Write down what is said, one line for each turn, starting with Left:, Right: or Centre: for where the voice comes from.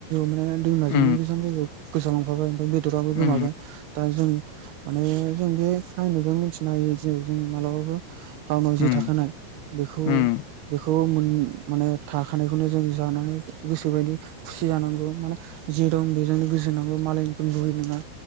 Right: माने दैमाजोंनो
Left: उम
Right: बेसेबां जायगायाव गोजाव लांफाबाय ओमफ्राय बेदराबो गोमाबाय
Left: उम
Right: दा जों माने जों बे काहिनिजों मिथिनो हायो जे जों मालाबाबो गावनाव जि
Left: उम
Right: थाखानाय बिखौ
Left: उम
Right: बेखौ माने थाखानायखौनो जों जानानै गोसोबायदि खुसि जानांगौ माने जे दं बेजोंनो गोजोनांगौ मालायनिखौ लुगै नाङा